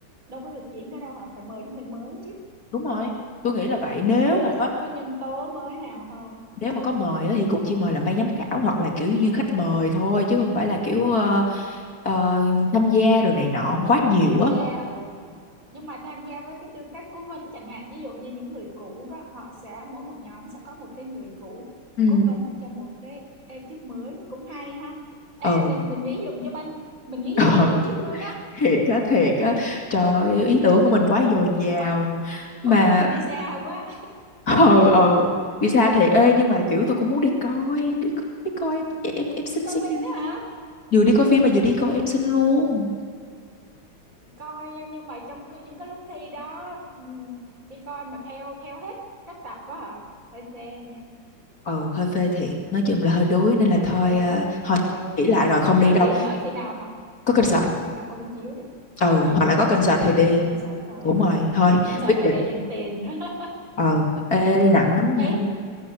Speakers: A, on the right; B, on the left.
A: đâu có được diễn nữa đâu hả phải mời những người mới chứ
B: đúng rồi tôi nghĩ là vậy nếu
A: không biết
B: mà có
A: có có nhân tố mới nào không
B: nếu mà có mời á, thì cũng chỉ mời làm ban giám khảo hoặc là kiểu như khách mời thôi chứ không phải là kiểu ờ, ờ, tham gia rồi này nọ quá nhiều
A: tham
B: á
A: gia ừ nhưng mà tham gia với cái tư cách cố vấn chẳng hạn ví dụ như những người cũ đó họ sẽ mỗi một nhóm sẽ có một cái người cũ
B: ừ
A: cố vấn cho một cái ekip mới cũng hay ha ê
B: ừ
A: mình mình nghĩ dùng cho ban mình nghĩ
B: <laughs>
A: dùng cho ban tổ chức luôn đó
B: thiệt á thiệt á trời
A: <laughs>
B: ơi, ý tưởng của mình quá dồi dào
A: thôi,
B: mà
A: thôi thôi mình đi xa quá
B: ờ ờ đi xa
A: <laughs>
B: thiệt ê nhưng mà kiểu tôi cũng muốn đi coi đi coi, đi coi em em em xin
A: đi coi
B: xin
A: phim đó hả
B: vừa đi coi phim mà vừa đi coi em xin luôn
A: coi nhưng mà trong cái những cái lúc thi đó ừm, đi coi mà theo theo hết các tập đó hả hơi phê nha
B: ừ hơi phê thiệt nói chung là hơi đuối nên
A: hơi
B: là thôi
A: phê
B: ờ, thôi
A: ừ
B: nghĩ lại rồi không
A: từ
B: đi
A: từ
B: đâu
A: đi đợi khi nào mà
B: có concert
A: ừ khi nào công chiếu đi
B: ừ
A: ừ
B: hoặc là
A: có
B: có
A: concert
B: concert
A: đi
B: thì
A: đi
B: đi
A: coi concert thôi
B: đúng rồi thôi
A: concert
B: quyết
A: phải
B: định
A: để dành tiền nữa <laughs>
B: ừ ê nặng lắm
A: Đấy,
B: nha